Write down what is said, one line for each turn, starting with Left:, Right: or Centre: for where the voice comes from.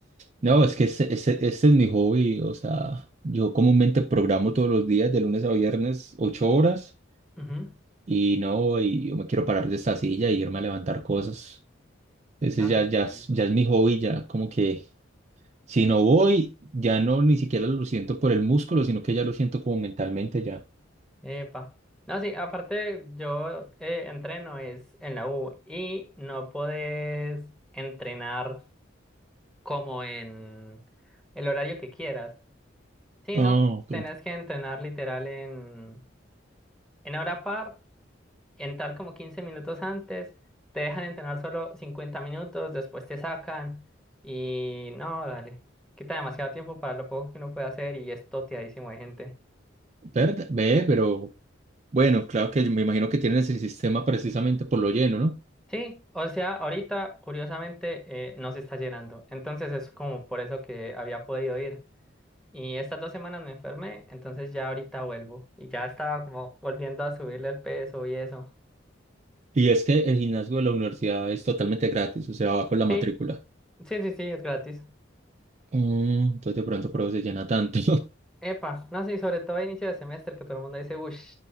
Right: no, es que este, este, este es mi hobby, o sea, yo comúnmente programo todos los días de lunes a viernes ocho horas
Centre: Ujú.
Right: y no, y yo me quiero parar de esta silla y irme a levantar cosas. Ese
Centre: Ah,
Right: ya, ya,
Centre: sí.
Right: es- ya es mi hobby, ya como que si no voy, ya no ni siquiera lo siento por el músculo, sino que ya lo siento como mentalmente ya.
Centre: Epa. No, sí, aparte yo eh, entreno es en la U y no podés entrenar como en el horario que quieras, sino
Right: Ah, ok.
Centre: tenés que entrenar literal en, en hora par, entrar como 15 minutos antes, te dejan entrenar solo 50 minutos, después te sacan y no, dale, quita demasiado tiempo para lo poco que uno puede hacer y es toteadísimo de gente.
Right: ¿Verdad? Ve, pero bueno, claro que yo me imagino que tienen ese sistema precisamente por lo lleno, ¿no?
Centre: Sí, o sea, ahorita curiosamente eh, no se está llenando. Entonces es como por eso que había podido ir. Y estas dos semanas me enfermé, entonces ya ahorita vuelvo. Y ya estaba como volviendo a subirle el peso y eso.
Right: Y es que el gimnasio de la universidad es totalmente gratis, o sea, va con la matrícula.
Centre: Sí, sí, sí, sí, es gratis.
Right: Mm, entonces de pronto por eso se llena tanto.
Centre: Epa, no, sí, sobre todo a inicio de semestre que todo el mundo dice, uff,